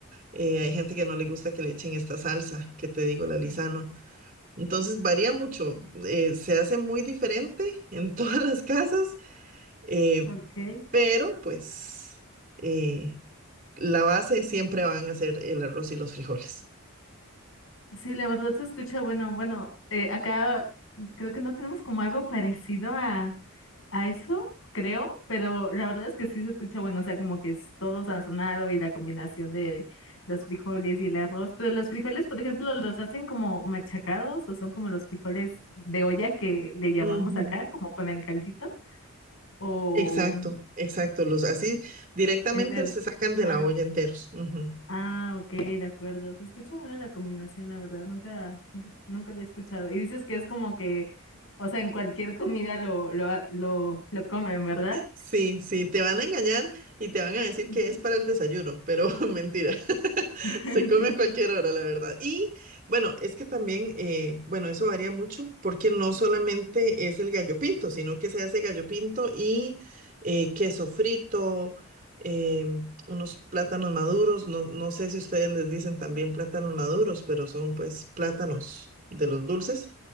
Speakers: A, on the right (about 40°); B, on the left (about 65°).
A: eh, hay gente que no le gusta que le echen esta salsa, que te digo, la Lisano. Entonces varía mucho, eh, se hace muy diferente en <laughs> todas las casas, eh,
B: okay.
A: pero pues eh, la base siempre van a ser el arroz y los frijoles.
B: Sí, la verdad se escucha bueno. Bueno, eh, acá creo que no tenemos como algo parecido a a eso, creo, pero la verdad es que sí se escucha bueno, o sea, como que es todo sazonado y la combinación de los frijoles y el arroz, pero los frijoles, por ejemplo, los hacen como machacados o son como los frijoles de olla que le llamamos
A: Ujú,
B: acá, como con el caldito o
A: Exacto, exacto. Los así directamente
B: enteros.
A: se sacan de
B: Ah,
A: la olla enteros. Ujú.
B: ah, ok, de acuerdo. Se escucha bueno la combinación, la verdad, nunca, nunca había escuchado. Y dices que es como que, o sea, en cualquier comida lo, lo, lo, lo comen, ¿verdad?
A: Sí, sí, te van a engañar y te van a decir
B: Ujú.
A: que es para el desayuno, pero <laughs> mentira. <laughs>
B: <laughs>
A: Se come
B: Sí,
A: a cualquier
B: sí.
A: hora, la verdad. Y bueno, es que también, eh, bueno, eso varía mucho porque no solamente es el gallo pinto, sino que se hace gallo pinto y eh, queso frito, eh, unos plátanos maduros. No, no sé si ustedes les dicen también plátanos maduros, pero son pues plátanos de los dulces.